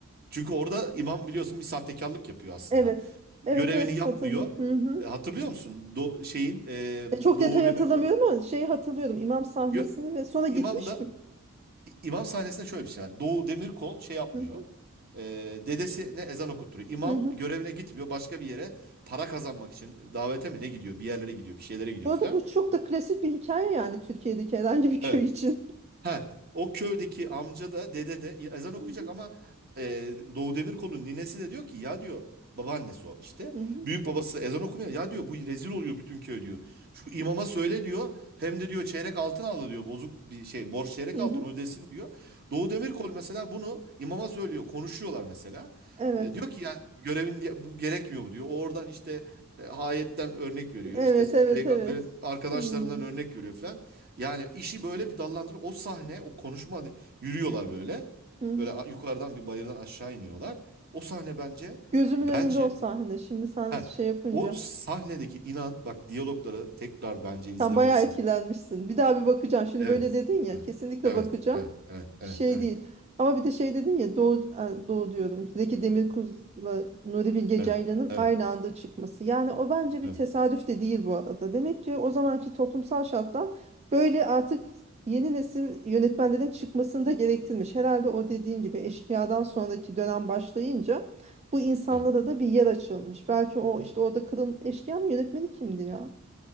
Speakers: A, on the right (about 45°); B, on the right (about 30°).
A: Çünkü orada imam biliyorsun bir sahtekarlık yapıyor aslında.
B: Evet.
A: Görevini
B: Evet evet
A: yapmıyor.
B: hatırlıyorum. Hı hı.
A: E, hatırlıyor musun? Do şeyin e,
B: E, Çok
A: Doğu
B: detay
A: Demirkol'un
B: hatırlamıyorum ama şeyi hatırlıyorum. İmam sahnesini
A: Gö-
B: ve sonra gitmiş
A: imam da
B: mi?
A: İmam sahnesinde şöyle bir şey var. Doğu Demirkol şey yapmıyor.
B: Hı hı.
A: E, dedesine ezan okutturuyor. İmam
B: Hı hı.
A: görevine gitmiyor. Başka bir yere para kazanmak için davete mi ne gidiyor? Bir yerlere gidiyor, bir şeylere gidiyor
B: Bu arada
A: filan.
B: bu çok da klasik bir hikaye yani Türkiye'deki herhangi bir köy
A: Evet.
B: için.
A: Ha, o köydeki amca da dede de ezan okuyacak
B: Hı hı.
A: ama e, Doğu Demirkol'un ninesi de diyor ki ya diyor babaannesi o işte
B: Hı hı.
A: büyük babası ezan okumuyor ya diyor bu rezil oluyor bütün köy diyor. Şu imama söyle diyor hem de diyor çeyrek altın aldı diyor bozuk bir şey borç çeyrek
B: Hı
A: altın
B: hı.
A: ödesin diyor. Doğu Demirkol mesela bunu imama söylüyor konuşuyorlar mesela.
B: Evet.
A: E, diyor ki yani görevin ya bu gerekmiyor mu diyor. Oradan işte e, ayetten örnek veriyor.
B: Evet
A: işte
B: evet
A: peygamberin
B: evet.
A: arkadaşlarından
B: Hmm.
A: örnek veriyor falan. Yani işi böyle bir dallandırır. O sahne, o konuşma hani yürüyorlar böyle.
B: Hı.
A: Böyle a- yukarıdan bir bayırdan aşağı iniyorlar. O sahne bence
B: Gözümün
A: bence
B: önünde o sahne. Şimdi sen
A: heh,
B: şey yapınca.
A: o sahnedeki inan bak diyalogları tekrar bence izlemelisin.
B: Sen bayağı etkilenmişsin. Bir daha bir bakacağım. Şimdi
A: Evet.
B: böyle dedin ya,
A: Evet.
B: kesinlikle
A: Evet.
B: bakacağım.
A: Evet. Evet.
B: Şey
A: Evet. Evet.
B: değil. Ama bir de şey dedin ya, Doğu, e, Doğu diyorum. Zeki Demirkubuz'la Nuri Bilge
A: Evet.
B: Ceylan'ın
A: Evet.
B: aynı anda çıkması. Yani o bence bir
A: Evet.
B: tesadüf de değil bu arada. Demek ki o zamanki toplumsal şartlar böyle artık yeni nesil yönetmenlerin çıkmasını da gerektirmiş. Herhalde o dediğin gibi Eşkıya'dan sonraki dönem başlayınca bu insanlara
A: evet.
B: da bir yer açılmış. Belki o işte orada Kırım Eşkıya'nın yönetmeni kimdi ya?